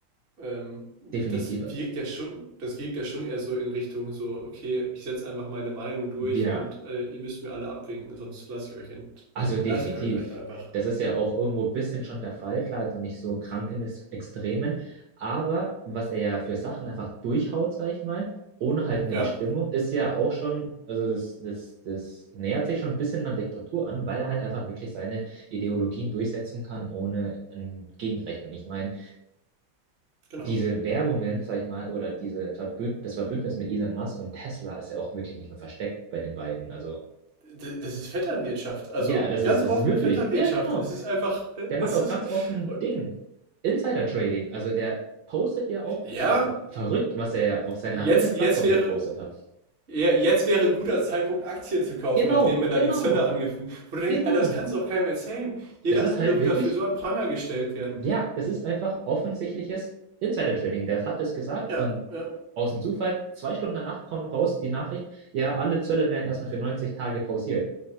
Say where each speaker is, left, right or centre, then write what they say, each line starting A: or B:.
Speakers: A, on the right; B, on the right.
A: Ähm,
B: Definitiv.
A: das wirkt ja schon, das wirkt ja schon eher so in Richtung so, okay, ich setze einfach meine Meinung durch
B: Ja,
A: und äh, ihr müsst mir alle abwinken, sonst lasse ich euch ent
B: Also
A: lasse
B: definitiv.
A: ich euch halt einfach.
B: Das ist ja auch irgendwo ein bisschen schon der Fall, klar, jetzt noch nicht so krank im Ex- Extremen, aber was er ja für Sachen einfach durchhaut, sag ich mal, ohne halt eine
A: Ja,
B: Bestimmung, ist ja auch schon, also das, das, das nähert sich schon ein bisschen an Diktatur an, weil er halt einfach wirklich seine Ideologien durchsetzen kann, ohne ein Gegenrecht. Und ich meine,
A: genau.
B: diese Werbungen, sag ich mal, oder diese Verbünd das Verbündnis mit Elon Musk und Tesla ist ja auch wirklich nicht mehr versteckt bei den beiden. Also,
A: D- Das ist Vetternwirtschaft. Also
B: ja, das
A: ganz
B: ist, das
A: offene
B: ist wirklich,
A: Vetternwirtschaft.
B: ja, genau.
A: Es ist einfach, äh,
B: der macht
A: es
B: auch
A: ist,
B: ganz offen
A: und,
B: Ding. Insider-Trading. Also der postet ja auch,
A: ja,
B: das war verrückt, was er ja auf seiner
A: jetzt,
B: eigenen Plattform
A: jetzt wäre,
B: gepostet hat.
A: ja, jetzt wäre ein guter Zeitpunkt, Aktien zu kaufen,
B: Genau,
A: nachdem man da
B: genau,
A: die Zölle angefangen hat. Wo du denkst,
B: genau.
A: Alter, das kannst du auch keinem erzählen. Jeder
B: Das ist
A: andere
B: halt
A: wird
B: wirklich,
A: dafür so an Pranger gestellt werden.
B: ja, das ist einfach offensichtliches Insider-Trading. Der hat es gesagt
A: Ja,
B: und
A: ja.
B: aus dem Zufall, zwei Stunden danach kommen raus die Nachricht, ja, alle Zölle werden erstmal für 90 Tage pausiert.